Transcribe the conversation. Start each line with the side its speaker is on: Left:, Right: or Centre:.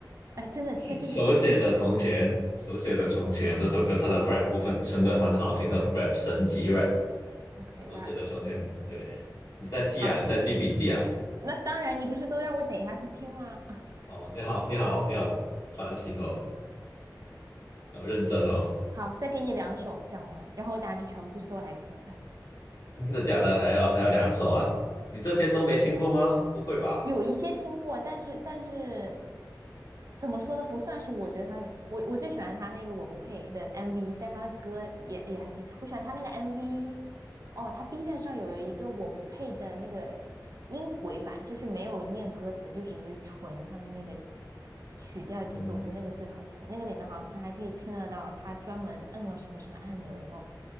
Right: 得，哎，真的，就这句话更像了。
Left: 手写的从前，手写的从前这首歌，它的 rap 部分真的很好听，它的 rap 神级 rap。
Right: OK，rap，、
Left: 手写的从前，对，你在记啊，
Right: 好，
Left: 你在记笔记啊。
Right: 那当然，你不是都让我等一下去听吗？<laughs>
Left: 哦，你好，你好，你好，专心哦，要认真哦。
Right: 好，再给你两首讲完，然后我等下就全部搜来听。
Left: 真的假的？还要还要两首啊？你这些都没听过吗？不会吧？
Right: 有一些听过，但是但是怎么说呢？不算是我觉得他里面，我我最喜欢他那个我不配的 MV，但他的歌也也还行。我喜欢他那个 MV，哦，他 B 站上有一个我不配的那个音轨版，就是没有念歌词，就只是纯他的那个曲调节奏，
Left: 嗯
Right: 我觉得那个最好听。那个里面好像还可以听得到他专门摁了什么什么按钮，然后